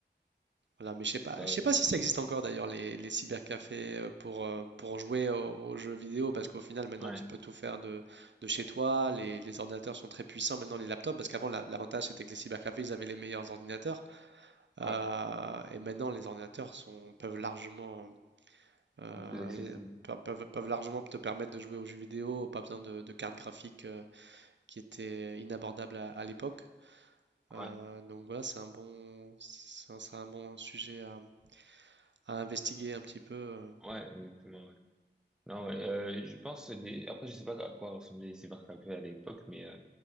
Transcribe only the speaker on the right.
voilà, mais je sais pas,
je sais pas si ça existe encore d'ailleurs les, les cybercafés euh, pour, euh, pour jouer au- aux, jeux vidéo parce qu'au final maintenant
tu peux tout faire de, de chez toi, les, les ordinateurs sont très puissants maintenant les laptops parce qu'avant la- l'avantage c'était que les cybercafés ils avaient les meilleurs ordinateurs euh,
et maintenant les ordinateurs sont, peuvent largement euh,
les- pe- peuvent, peuvent largement te permettre de jouer aux jeux vidéo, pas besoin de, de cartes graphiques euh, qui étaient inabordables à, à l'époque. Euh,
donc voilà, c'est un bon, c'est un c'est un bon sujet à à investiguer un petit peu. euh.